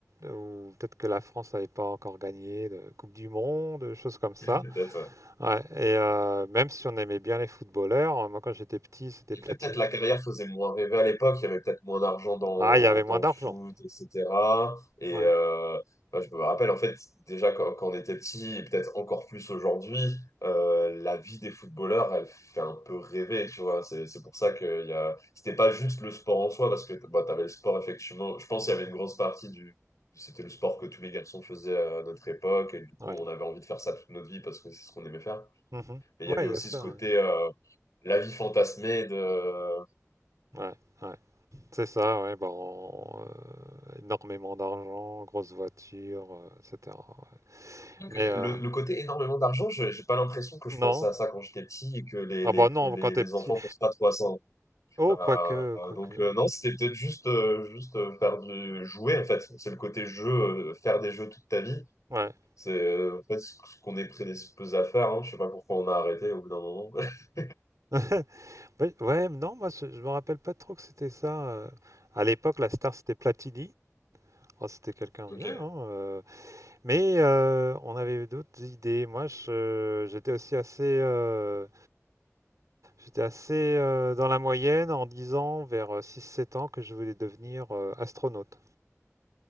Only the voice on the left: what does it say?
Peut-être, ouais.
Et
fait peut-être la carrière faisait moins rêver à l'époque, il y avait peut-être moins d'argent dans,
dans
le foot, etc. Et
euh, bah, je me rappelle, en fait, déjà quand, quand on était petit, et peut-être encore plus aujourd'hui, euh, la vie des footballeurs, elle fait un peu rêver, tu vois. C'est, c'est pour ça que il y a... c'était pas juste le sport en soi, parce que bah, tu avais le sport, effectivement. Je pense
qu'il y avait une grosse partie du... C'était le sport que tous les garçons faisaient à notre époque, et du
coup, on avait envie de faire ça toute notre vie parce que c'est ce qu'on aimait faire.
Mais
il y avait
aussi
ce côté
euh, la vie fantasmée de
Donc,
euh,
le, le côté énormément d'argent. je- J'ai pas l'impression que
je pensais à ça quand j'étais petit et que les
les
que les,
les
enfants pensent pas trop à ça. hein.
Euh,
euh, donc euh, non, c'était peut-être juste euh, juste euh, faire du jouer en fait. C'est le côté jeu, euh, faire des jeux toute ta vie.
C'est euh, en fait ce ce qu'on est prédisposé à faire. Hein. Je sais pas pourquoi on a arrêté au bout d'un moment. <laughs>
Ok.